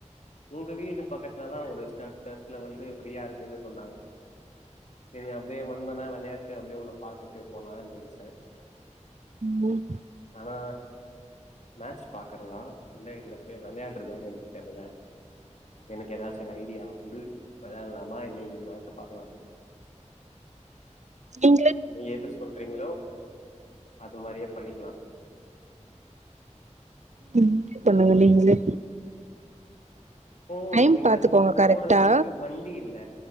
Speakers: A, on the left; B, on the right.
A: உங்க வீடு பக்கத்துல தா ஒரு ஸ்ட டர்ஃப்ல வந்து ஃப்ரீயா இருக்குன்னு சொன்னாங்க சேரி அப்டியே வந்தனா வெள்யா டிட்டு அப்டியே உன்ன பாத்துட்டு போலான் நென்ச்சே
B: ம்
A: ஆனா மேட்ச் பாக்குறதா இல்ல இதுல போய் வெளயாட்றதான் எனக்கு தெர்ல எனக்கு எதாச்சொரு ஐடியா குடு வெளால்லாமா இல்ல இன்னைக்கு மேட்ச பாக்கலாமா
B: நீ
A: நீ எது சொல்றீங்களோ அது மாரியே பண்ணிக்லா
B: இது முடிவு பண்ணுங்க நீங்களே
A: போவணு
B: டைம்
A: இங்கருந்து
B: பாத்துக்கோங்க கரெக்டா
A: போறதுக்கு வண்டி இல்ல